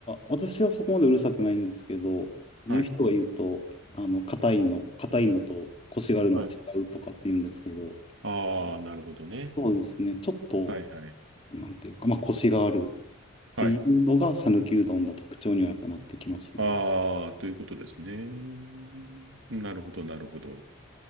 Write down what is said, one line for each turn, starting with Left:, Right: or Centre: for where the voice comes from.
Left: 私はそこまでうるさくないんですけど、言う人が言うと、
Right: はい、
Left: あの、硬いの、硬いのと腰があるのは違うとかって言うんですけど、
Right: はい。ああ、なるほどね。
Left: そうですね、ちょっと、
Right: はい、はい、
Left: なんていうか、まあ、腰があるっていうのが、
Right: はい。
Left: 讃岐うどんの特徴にはやっぱなってきますね。
Right: ああ、ということですね。なるほど、なるほど。